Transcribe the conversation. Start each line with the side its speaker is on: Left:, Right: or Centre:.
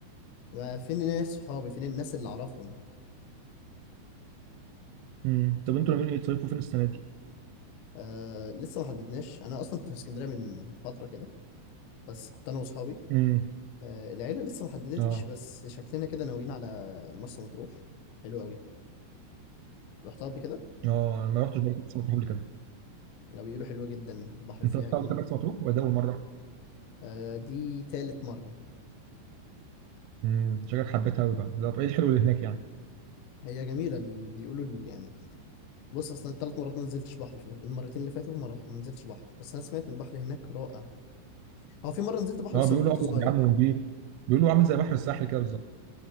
Left: آه، فين الناس صحابي فين الناس اللي اعرفهم
Right: امم طب انتوا ناويين ايه تصيفوا فين السنه دي؟
Left: آه لسه ما حددناش انا اصلا كنت في اسكندريه من فتره كده بس كنت انا واصحابي
Right: امم
Left: آه، العيلة لسه ما حددتش
Right: اه
Left: بس شكلنا كده ناويين على مرسى مطروح حلو قوي رحتها قبل كده
Right: اه انا ما رحتش برضه مرسى مطروح قبل كده
Left: لو بيقولوا حلوة جدا البحر
Right: انت
Left: فيها
Right: رحت
Left: جميل
Right: قبل كده مرسى مطروح ولا ده اول مره؟
Left: آه، دي تالت مرة
Right: امم شكلك حبيتها قوي بقى لا طب ايه الحلو اللي هناك يعني؟
Left: هي جميلة اللي بيقولوا ال- يعني بص أصلا التلات مرات ما نزلتش بحر فيهم المرتين اللي فاتوا ما رح- ما نزلتش بحر بس أنا سمعت إن البحر هناك رائع هو في مرة نزلت بحر
Right: اه
Left: بس
Right: بيقولوا
Left: أنا كنت
Right: ابيض
Left: صغير
Right: يا عم ونجيب بيقولوا عامل زي بحر الساحل كده بالظبط